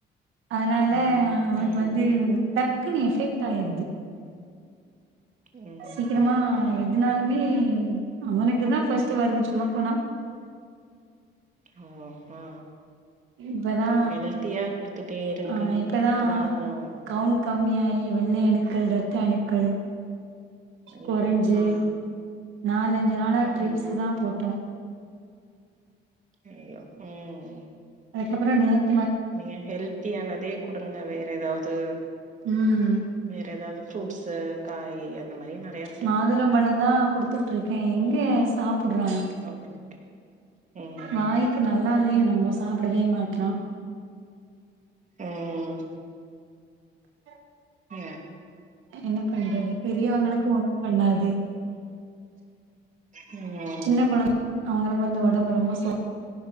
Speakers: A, on the right; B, on the right.
A: அதனால
B: ம்
A: அவனுக்கு
B: ம்
A: வந்து டக்குனு எஃபெக்ட் ஆயிருது
B: ம்
A: சீக்கிரமா எதினாலுமே அவனுக்கு தா ஃபர்ஸ்ட் வருது சொல்ல போனா
B: ஓ அ
A: இப்பதா
B: அப்ப ஹெல்த்தியா குடுத்துட்டே இருங்க
A: ஆமா இப்பதா
B: அப்பதா கொஞ்சம்
A: கவுண்ட் கம்மியாயி வெள்ளை அணுக்கள் இரத்த அணுக்கள்
B: ஐயோ
A: குறைஞ்சு
B: ஆ
A: நாலஞ்சு நாளா
B: ம்
A: ட்ரிப்ஸ் தா போட்டோ
B: ஐயோ ம்
A: அதுக்கப்றோ நேத்
B: நீங்க ஹெல்த்தியானதே குடுங்க வேற எதாவது
A: ம்
B: வேற ஏதாவது ஃப்ரூட்ஸ்சு காயி அந்த மாரி நறைய
A: மாதுளம் பழந் தா குடுத்துட்டு இருக்கே எங்க சாப்பிடுறான்
B: இருக்கு ஓகே ஓகே ம்
A: வாய்க்கு ந நல்லா இல்லையோ என்னமோ சாப்டவே மாட்றா
B: ம்
A: பிளாக்
B: அ
A: என்ன பண்றது பெரியவங்களுக்கு ஒன்னு பண்ணாது
B: ம்
A: சின்ன கொழந்தை அவுங்களுக்கு வந்து ஒடம்பு ரொம்ப சோ